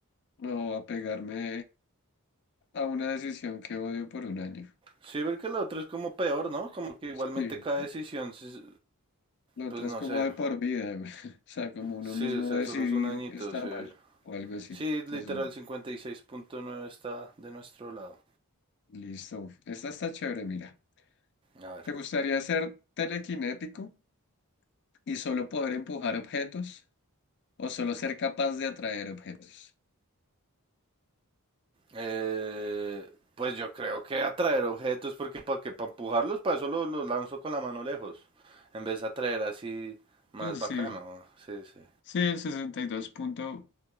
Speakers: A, on the left (about 50°); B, on the right (about 25°).
A: No apegarme a una decisión que odio por un año.
B: Sí, ver que lo otro es como peor, ¿no? Como que igualmente
A: Sí,
B: cada decisión, sí,
A: lo otro
B: pues
A: es
B: no
A: como
B: sé.
A: de por vida, güey. <laughs> O sea, como uno
B: Sí,
A: mismo
B: o sea,
A: decidir
B: solo es un añito,
A: estar
B: sí.
A: mal o algo así.
B: Sí,
A: Entonces,
B: literal 56.9 está de nuestro lado.
A: listo. Esta está chévere, mira.
B: A ver.
A: ¿Te gustaría ser telequinético y solo poder empujar objetos o solo ser capaz de atraer objetos?
B: Eh, pues yo creo que atraer objetos, porque para que para empujarlos, para eso los, los lanzo con la mano lejos. En vez de atraer así más
A: Pues
B: bacano.
A: sí,
B: Sí, sí.
A: sí, el 62 punto